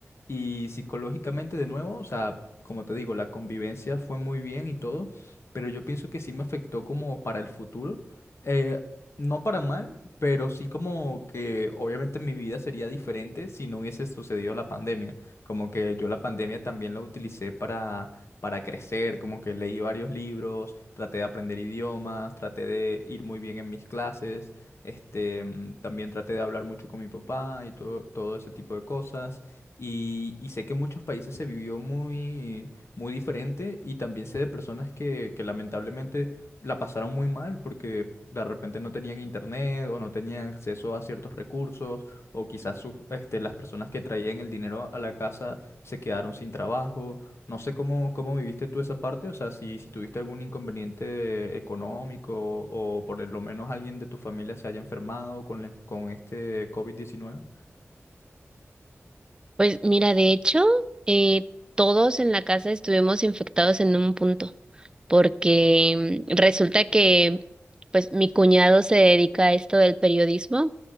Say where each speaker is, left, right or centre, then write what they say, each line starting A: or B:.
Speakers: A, on the left (about 60°); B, on the right (about 15°).
A: Y psicológicamente de nuevo, o sea, como te digo, la convivencia fue muy bien y todo, pero yo pienso que sí me afectó como para el futuro. Eh, no para mal, pero sí como que obviamente mi vida sería diferente si no hubiese sucedido la pandemia. Como que yo la pandemia también la utilicé para para crecer, como que leí varios libros, traté de aprender idiomas, traté de ir muy bien en mis clases, este, mm, también traté de hablar mucho con mi papá y todo, todo ese tipo de cosas. Y, y sé que en muchos países se vivió muy, muy diferente y también sé de personas que, que lamentablemente la pasaron muy mal porque de repente no tenían internet o no tenían acceso a ciertos recursos o quizás sus, este, las personas que traían el dinero a la casa se quedaron sin trabajo. No sé cómo, cómo viviste tú esa parte, o sea, si, si tuviste algún inconveniente económico o por lo menos alguien de tu familia se haya enfermado con, la- con este covid diecinueve.
B: Pues mira, de hecho, eh, todos en la casa estuvimos infectados en un punto, porque mm, resulta que pues mi cuñado se dedica a esto del periodismo